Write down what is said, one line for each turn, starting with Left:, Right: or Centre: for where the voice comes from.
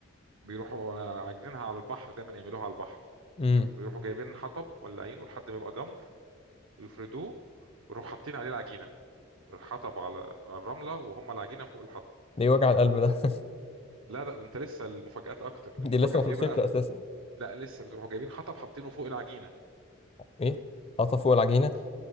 Right: بيروحوا آه، عاجنينها على البحر، دايمًا يعملوها على البحر،
Left: امم
Right: ويروحوا جايبين حطب ولّاعينه لحد ما يبقى جَمْر ويفردوه ويروحوا حاطين عليه العجينة، الحطب على على الرملة وهُم العجينة فوق الحطب.
Left: ده إيه وجع القلب ده <laughs>
Right: لا، لأ، ده أنت لسه المفاجآت أكتر،
Left: دي
Right: المفاجأة
Left: لسه ما
Right: في
Left: خلصتش
Right: إيه بقى؟
Left: اساسا
Right: لا لسه بتروحوا جايبين حطب حاطينه فوق العجينه
Left: ايه حاطه فوق العجينه
Right: ف-